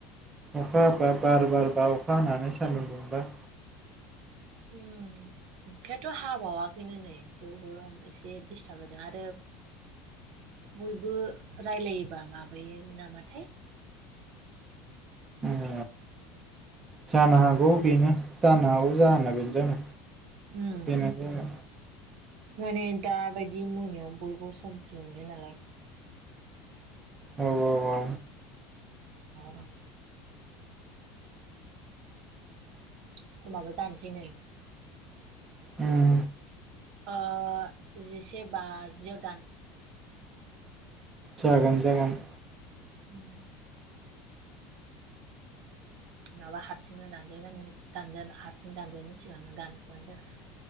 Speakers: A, on the right (about 20°); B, on the right (about 65°).
A: अखा हाबा बार बार बा अखा हानानै सान्दुं दुंबा
B: उम। अखायाथ' हाबावाखैनो नै थेवबो एसे दिडिस्टार्ब होदों आरो बयबो रायलायोबा माबायो नामाथाय।
A: औ जानो हागौ बेनो जानो हागौ जाहोना बेनो जागोन।
B: उम
A: बेनो
B: माने दाबायदि मोनायाव बयबो सम फ्रि मोनो नालाय
A: औ औ औ
B: <unintelligible> समाबो जानोसै नै।
A: उम।
B: ओ जिसे बाजिआव दान।
A: जागोन- जागोन।
B: उम। नङाबा हारसिंनो दानजायोना नों दानजा हारसिं दानजानायनायनि सिगां नों दानग्रोबानो जाबाय।